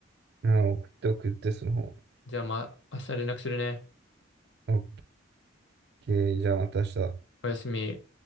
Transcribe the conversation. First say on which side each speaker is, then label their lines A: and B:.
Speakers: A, on the right; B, on the left.
A: うん。あ、送って送って、その方。
B: じゃあ、まあ、明日連絡するね。
A: オッケー、じゃあまた明日。
B: おやすみ。